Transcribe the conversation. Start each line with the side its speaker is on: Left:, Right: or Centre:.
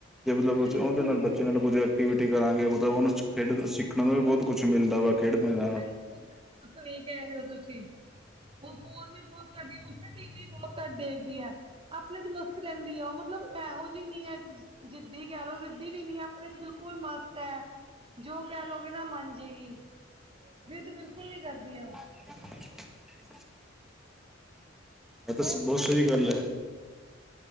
Centre: ਜੇ ਮਤਲਬ
Right: ਬਿਲਕੁਲ
Centre: ਉਹਦੇ ਨਾਲ ਬੱ ਜਿਹਨਾਂ ਨੂੰ ਕੁਝ ਐਕਟੀਵਿਟੀ ਕਰਾਂਗੇ, ਮਤਲਬ ਉਹਨਾਂ ਨੂੰ ਖੇਡਣ ਨੂੰ, ਸਿੱਖਣ ਨੂੰ ਵੀ ਬਹੁਤ ਕੁਛ ਮਿਲਦਾ ਵਾ। ਖੇਡਦੇ ਨਾਲ
Right: ਬਿਲਕੁਲ- ਬਿਲਕੁਲ ਸਹੀ ਕਹਿ ਰਹੇ ਹੋ ਤੁਸੀਂ, ਉਹ ਫੋਨ ਫੋਨ ਵੀ ਬਹੁਤ ਘੱਟ ਯੂਜ਼, ਟੀ ਵੀ ਵੀ ਬਹੁਤ ਘੱਟ ਦੇਖਦੀ ਐ। ਆਪਣੇ ਚ ਮਸਤ ਰਹਿੰਦੀ ਆ ਉਹ ਮਤਲਬ ਇਹੋ ਜਿਹੀ ਨਹੀਂੀ ਹੈ ਜਿੱਦੀ ਕਹਿ ਲਓ ਸਿੱਧ ਵੀ ਨੀ ਹੈ ਆਪਣੇ ਚ ਬਿਲਕੁਲ ਮਸਤ ਐ ਜੋ ਕਹਿ ਲੋਓਗੇ ਨਾ ਮੰਨ ਜਾੇਗੀ। ਜਿੱਦ ਬਿਲਕੁਲ ਨੀ ਕਰਦੀ ਐ ਓ
Centre: <inaudible> ਇਹ ਤਾਂ ਸ ਬਹੁਤ ਸਹੀ ਗੱਲ ਐ
Right: <unintelligible>